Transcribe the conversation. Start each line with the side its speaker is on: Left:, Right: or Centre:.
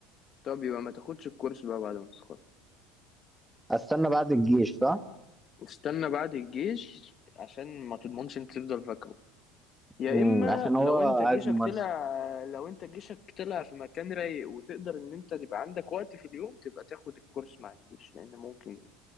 Left: طب يبقى ما تاخدش الكورس بقى بعد ما تتخرج
Centre: استنى بعد الجيش صح
Left: استنى بعد الجيش عشان ما تضمنش انت تفضل فاكره يا
Centre: مم،
Left: اما
Centre: عشان
Left: لو
Centre: هو
Left: انت جيشك
Centre: اجمل
Left: طلع لو انت جيشك طلع في مكان رايق وتقدر ان انت تبقى عندك وقت في اليوم تبقى تاخد الكورس مع الجيش لان ممكن